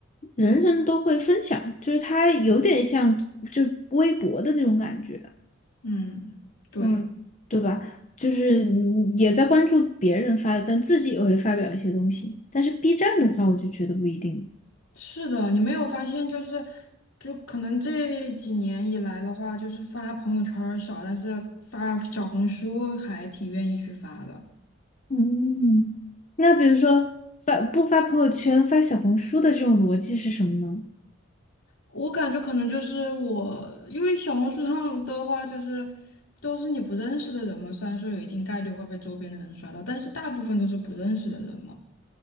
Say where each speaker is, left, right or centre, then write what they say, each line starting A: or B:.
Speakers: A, on the left (about 35°); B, on the left (about 75°).
A: 人人都会分享，就是它有点像就微博的那种感觉，
B: 嗯，对，
A: 嗯，对吧？就是你也在关注别人发的，但自己也会发表一些东西。但是 B 站的话，我就觉得不一定。
B: 是的，你没有发现就是，就可能这几年以来的话，就是发朋友圈儿少，但是发小红书还挺愿意去发的。
A: 嗯，那比如说发不发朋友圈，发小红书的这种逻辑是什么呢？
B: 我感觉可能就是我，因为小红书上的话，就是都是你不认识的人嘛。虽然说有一定概率会被周边的人刷到，但是大部分都是不认识的人嘛。